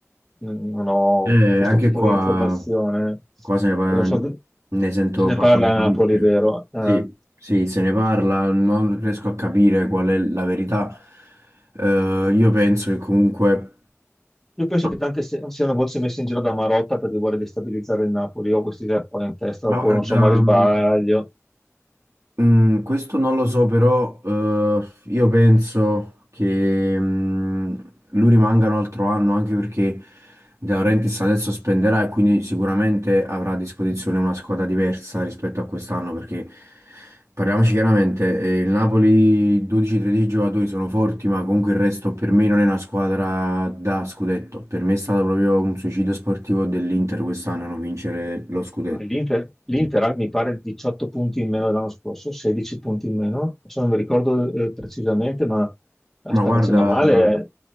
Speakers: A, in the centre; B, on the right (about 85°).
A: non ho
B: Eh,
A: questo
B: anche
A: tipo
B: qua,
A: di informazione.
B: qua se ne, par-
A: E non so che-
B: ne sento
A: se ne
B: parlare
A: parla a
B: parecchio.
A: Napoli, vero? Eh,
B: Sì, sì, se ne parla, non riesco a capire qual è la verità. Eh, io penso che comunque...
A: io penso
B: no,
A: che tante se- siano voci messe in giro da Marotta perché vuole destabilizzare il Napoli. Io ho questa idea qua in testa,
B: Ma
A: oppure
B: guarda,
A: non so, ma sbaglio.
B: mm, Mm, questo non lo so, però eh, io penso che mm, lui rimanga un altro anno anche perché De Laurentiis adesso spenderà e quindi sicuramente avrà a disposizione una squadra diversa rispetto a quest'anno perché parliamoci chiaramente, eh, il Napoli 12-13 giocatori sono forti, ma comunque il resto per me non è una squadra da scudetto. Per me è stato proprio un suicidio sportivo dell'Inter quest'anno non vincere lo scudetto.
A: Ah, L'Inter l'Inter
B: Mm.
A: ha, mi pare 18 punti in meno dell'anno scorso, 16 punti in meno, adesso non mi ricordo eh, precisamente, ma la
B: Ma
A: sta
B: Vabbè,
A: facendo
B: guarda,
A: male,
B: questo.